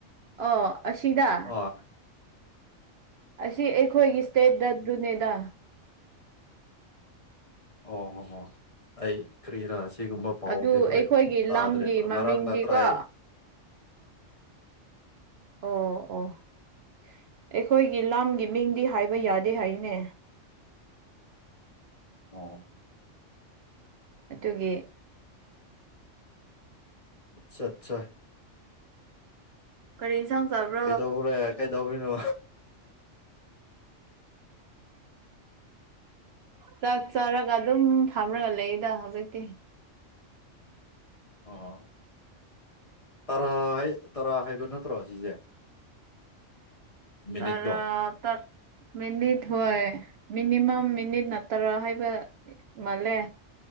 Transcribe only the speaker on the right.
ꯑꯣ ꯑꯁꯤꯗ
ꯑꯁꯤ ꯑꯩꯈꯣꯏꯒꯤ ꯏꯁꯇꯦꯠꯇ ꯗꯨꯅꯦꯗ
ꯑꯗꯨ
ꯑꯩꯈꯣꯏꯒꯤ
ꯂꯝꯒꯤ
ꯃꯃꯤꯡꯗꯤꯀꯣ
ꯑꯣ ꯑꯣ ꯑꯩꯈꯣꯏꯒꯤ ꯂꯝꯒꯤ ꯃꯤꯡꯗꯤ ꯍꯥꯏꯕ ꯌꯥꯗꯦ ꯍꯥꯏꯌ‌ꯦꯅꯦ
ꯑꯗꯨꯒꯤ
ꯀꯔꯤ ꯏꯟꯁꯥꯡ ꯆꯥꯕ꯭ꯔ‌ꯣ
ꯆꯥꯛ ꯆꯥꯔꯒ ꯑꯗꯨꯝ ꯐꯝꯔꯒ ꯂꯩꯌ‌ꯦꯗ ꯍꯧꯖꯤꯛꯇꯤ
ꯇꯔꯥ ꯇꯠ ꯃꯤꯅꯤꯠ ꯍꯣꯏ ꯃꯤꯅꯤꯃꯝ ꯃꯤꯅꯤꯠ ꯅꯠꯇꯔꯥ ꯍꯥꯏꯕ ꯃꯥꯜꯂꯦ